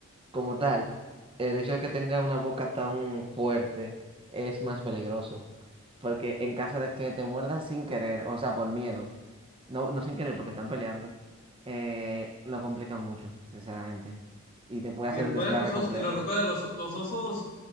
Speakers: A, on the right; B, on the left.
A: como tal, el hecho de que tenga una boca tan fuerte es más peligroso. Porque en caso de que te muerdas sin querer, o sea, por miedo, no, no sin querer porque están peleando, eh, lo complica mucho, sinceramente. Y te puede
B: Y
A: hacer
B: recuerda
A: un desgarre
B: los
A: completo.
B: osos, y lo recuerda, los, los osos